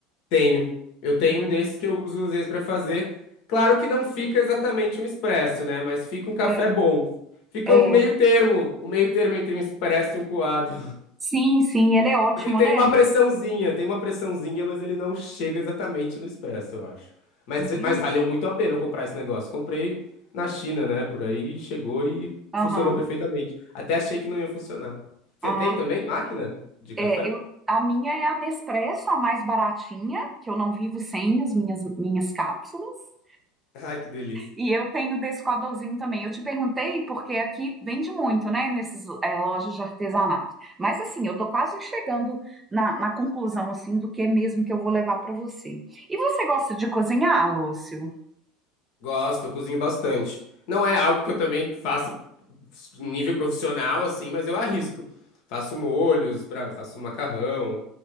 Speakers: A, on the left; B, on the right.
A: Tenho. Eu tenho
B: Hum,
A: um desses que eu uso às vezes pra fazer. Claro que não fica exatamente um expresso, né? Mas fica um café
B: é,
A: bom. Fica
B: é.
A: um meio termo, um meio termo entre um expresso e um coado.
B: Sim, sim, ele é ótimo,
A: Porque tem
B: né?
A: uma
B: Muito...
A: pressãozinha, tem uma pressãozinha, mas ele não chega exatamente no expresso, eu acho. Mas,
B: Uhum.
A: mas valeu muito a pena eu comprar esse negócio. Comprei na China, né? Por aí, chegou e
B: Aham.
A: funcionou perfeitamente. Até achei que não ia funcionar. Você
B: Ah.
A: tem também máquina de café?
B: É, eu, a minha é a Nespresso, a mais baratinha, que eu não vivo sem as minhas, minhas cápsulas.
A: <laughs> Ai, que delícia.
B: E eu tenho desse coadorzinho também. Eu te perguntei porque aqui vende muito, né, nesses é, lojas de artesanato. Mas assim, eu tô quase chegando na, na conclusão assim do que é mesmo que eu vou levar para você. E você gosta de cozinhar, Lúcio?
A: Gosto, eu cozinho bastante. Não é algo que eu também faça em nível profissional, assim, mas eu arrisco. Faço molhos, pra, faço macarrão,